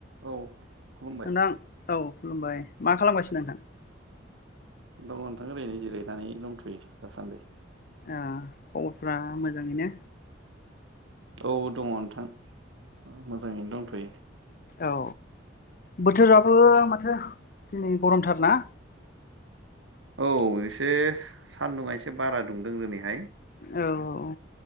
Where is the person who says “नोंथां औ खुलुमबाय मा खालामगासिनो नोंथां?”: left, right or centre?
Left